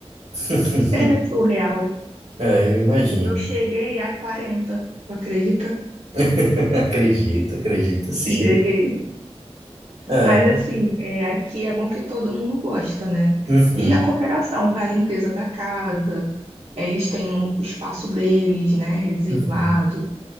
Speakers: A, on the right; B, on the right.
A: <laughs>
B: era surreal.
A: Ah, eu imagino.
B: Eu cheguei a 40. tu acredita?
A: <laughs> Acredito, acredito sim.
B: Cheguei.
A: Ah,
B: Mas
A: mas-
B: assim, é, aqui é bom que todo mundo gosta, né?
A: uhum,
B: E a cooperação para a limpeza da casa, é, eles têm um- o espaço deles, né, reservado.
A: uhum.